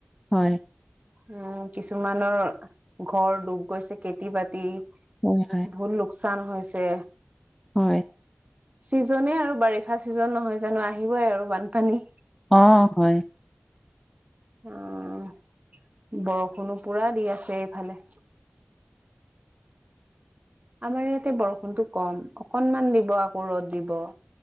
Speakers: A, in the centre; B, on the right.
A: হয়
B: উম কিছুমানৰ ঘৰ ডুব গৈছে খেতি-বাতি
A: উম হয়
B: <unintelligible> লোকচান হৈছে
A: হয়
B: চিজনে আৰু বাৰিষা ছিজন নহয় জানো আহিবই আৰু বানপানী।
A: অ হয়
B: অহ বৰষুণো পুৰা দি আছে এইফালে। আমাৰ ইয়াতে বৰষুণটো কম অকনমান দিব আকৌ ৰ'দ দিব।